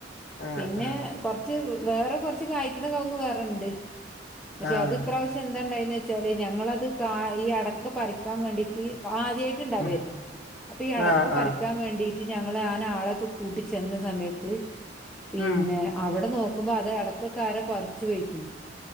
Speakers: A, on the left (about 70°); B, in the centre.
A: ആഹ്
B: പിന്നെ കൊറച്ച് വേറെ കൊറച്ച് കായ്ക്കണ കവുങ്ങ് വേറെണ്ട് പക്ഷെ
A: ആഹ് ആഹ്
B: അത് ഇപ്രാവശ്യം എന്താണ്ടായന്ന് വെച്ചാല് ഞങ്ങളത് കായ് ഈ അടക്ക പറിക്കാൻ വേണ്ടിട്ട് ആദ്യായി ണ്ടാവേരുന്നു
A: ഉം
B: അപ്പോ ഈ അടക്ക
A: ആഹ്
B: പറിക്കാൻ
A: ആഹ്
B: വേണ്ടിട്ട് ഞങ്ങൾ ആന അ ആളെക്കെ കു കൂട്ടിച്ചെന്ന സമയത്ത് പിന്നെ
A: ഉം
B: അവിടെ നോക്കുമ്പോ അത് അടക്കയൊക്കാരോ പറിച്ച് പോയിക്കണ്